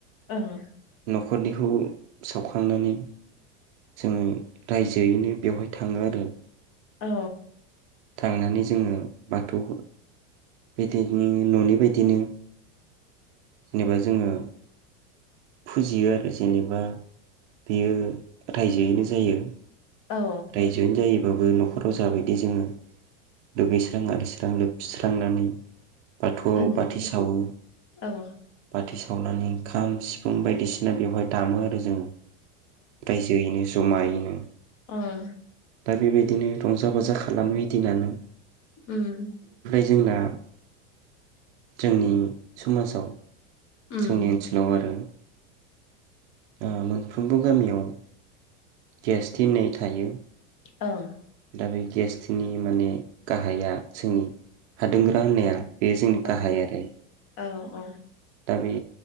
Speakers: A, on the left; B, on the right.
A: ओं
B: फोरनिखौ सावखांनानै जोङो रायजोयैनो बेवहाय थाङो आरो।
A: औ
B: थांनानै जोङो बाथौखौ बे टाइपनि न'नि बायदिनो जेनेबा जोङो फुजियो आरो जेनेबा बेयो रायजोयैनो जायो।
A: औ
B: रायजोनो जायो बाबो न'खराव जाबायदि जोङो दुगैस्रां आरिस्रां लोबस्रांनानै बाथौआव
A: उम
B: बाथि सावो
A: औ
B: बाथि सा सावनानै ओंखाम सि फुं बायदिसिना बेवहाय दामो आरो जोंङो। रायजोयैनो जमायै नो।
A: ओं
B: दा बेबायदिनो रंजा बाजा खालामो ओइ दिनानो।
A: उम
B: जोंना जोंनि समाजाव
A: उम
B: जोंनि ओनसोलाव आरो ओ मोनफ्रोमबो गामियाव गियास्टि होननाय थायो।
A: ओं
B: दा बे गियास्टि माने गाहाया जोंनि हादुंगोरा होननाया बे जोंनि
A: ओं
B: गाहाय आरो।
A: औ औ
B: दा बे